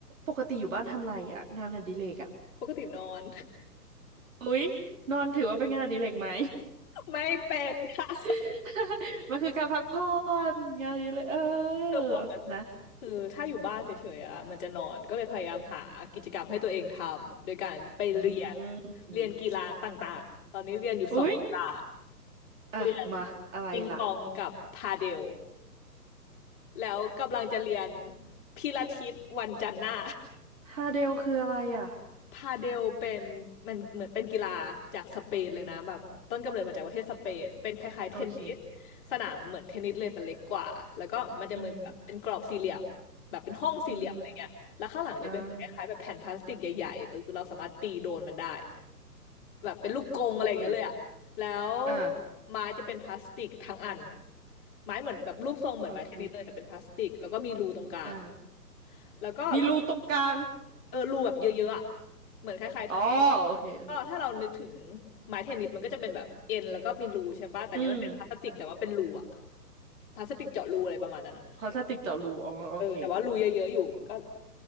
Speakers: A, on the right; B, on the left.
A: ปกติอยู่บ้านทำไรอ่ะงานอดิเรกอ่ะ
B: ปกตินอน
A: อุ๊ยนอนถือว่าเป็นงานอดิเรกไหม
B: <laughs> ไม่เป็นค่ะ <laughs>
A: <laughs> มันคือการพักผ่อนงานอดิเรกเออ
B: คือปกติ
A: นะ
B: คือถ้าอยู่บ้านเฉยๆอ่ะมันจะนอนก็เลยพยายามหากิจกรรมให้ตัวเองทำโดยการไปเรียน
A: อื
B: เรียนกีฬาต่างๆตอนนี้เรียนอยู่สองกีฬา
A: มอุ๊ยอ่ะมาอะไรล่ะ
B: เรียนปิงปองกับพาเดลแล้วกำลังจะเรียนพิลาทิสวันจันทร์หน้า
A: ทาเดลคืออะไรอ่ะ
B: พาเดลเป็นมันเหมือนเป็นกีฬาจากสเปนเลยนะแบบต้นกำเนิดมาจากประเทศสเปนเป็นคล้ายๆเทนนิส
A: โอเค
B: สนามเหมือนเทนนิสเลยแต่เล็กกว่าแล้วก็มันจะเหมือนแบบเป็นกรอบสี่เหลี่ยมแบบเป็นห้องสี่เหลี่ยมอะไรเงี้ยแล้วข้างหลังจะเป็นเหมือนคล้ายๆแบบแผ่นพลาสติกใหญ่ๆหรือเราสามารถตีโดนมันได้
A: อืมอืมอ่า
B: แบบเป็นลูกกรงอะไรอย่างเงี้ยเลยอะแล้ว
A: โอเคอ่า
B: ไม้จะเป็นพลาสติกทั้งอันไม้เหมือนแบบรูปทรงเหมือนไม้เทนนิสเลยแต่เป็นพลาสติกแล้วก็มีรูตรงกลาง
A: โอเคอ่า
B: แล้วก็ลูก
A: มีรูตรงกลาง
B: เออรูแบบเยอะๆอะเหมือนคล้าย
A: อ๋อโอเคโอเค
B: ๆ ก็ถ้าเรานึกถึงไม้เทนนิสมันก็จะเป็นแบบเอ็นแล้วก็มีรูใช่ปะแต่เนี้ยมันเป็นพลาสติกแต่ว่าเป็นรูอะ
A: อืมใช่
B: พลาสติกเจาะรูอะไรประมาณนั้นอะ
A: พลาสติกเจาะรูอ๋อโอเค
B: เออแต่ว่ารูเยอะๆอยู่ก็